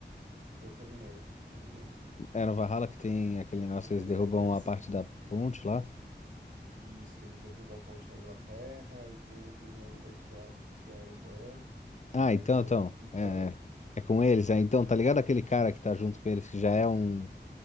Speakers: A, on the right; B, on the left.
A: eu terminei, terminei.
B: Era o Valhalla que tem aquele
A: O,
B: negócio
A: o
B: que
A: Greenlanders.
B: eles derrubam a parte da ponte lá?
A: Isso, que eles derrubam a ponte na Inglaterra, e tem o Greenlander que é, a- que é a irmã,
B: Ah,
A: a
B: então,
A: irmã
B: então.
A: e o
B: É,
A: irmão.
B: é. É com eles. É, então, tá ligado aquele cara que tá junto com eles que já é um.